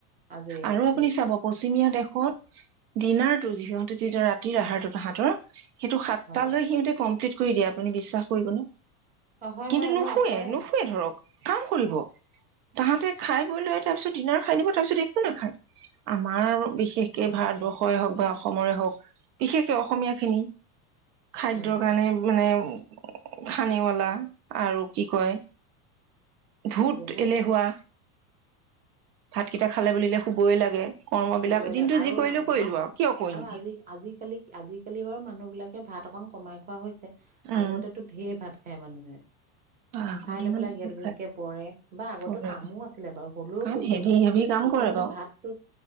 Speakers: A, on the right; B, on the right.
A: আজৰি
B: আৰু
A: আজৰি
B: আপুনি চাব বস্ত পচিমীয়া দেশত ডিনাৰটো যিহতেু তেতিয়া ৰাতিৰ আহাৰটো তাহাঁতৰ সেইটো সাতটালৈ
A: হয়
B: সিহঁতে কমপ্লিট কৰি দিয়ে, আপুনি বিশ্বাস কৰিব নে?
A: অ হয়
B: কিন্তু
A: হয়
B: নুশুৱে,
A: হয় কৰে
B: নুশুৱে ধৰক। আ কৰিব, তাহাঁতে খাই বৈ লৈ তাৰপিছত ডিনাৰ খাই দিব, তাৰপিছত একো নাখায়, আমাৰ আৰু বিশেষকে
A: হয়
B: ভাৰতবৰ্ষই হওক বা অস অসমৰে হওক, বিশেষকে অসমীয়া খিনি। খাদ্যৰ
A: উম
B: কাৰণে মানে খানেৱালা আৰু কি কয়? ধোঁত
A: বহুত
B: এলেহুৱা। ভাতকেইটা খালে বুলিলে
A: এই
B: শুবই লাগে। কৰ্মবিলাক
A: শুবই
B: দিনটো
A: লাগে আৰু
B: যি কৰিলো কৰিলো
A: ভাত
B: আৰু কিয় কৰিম
A: আৰু আজি আজিকালি আজিকালি বাৰু মানুহ বিলাকে ভাত অকন কমাই খোৱা হৈছে।
B: উম
A: আগতেটো ঢেৰ ভাত খায় মানুহে।
B: আগৰ
A: খায়
B: দিনত
A: লৈ পেলাই
B: বহুত
A: গেদ গেদকে পৰে বা
B: খাই
A: আগতে কামো আছিলে বাৰু হ'লেও
B: কাম
A: কৈছোঁ!
B: হেভি হেভি কাম
A: এতিয়া
B: কৰে
A: মানে
B: বাৰু
A: ভাতটোত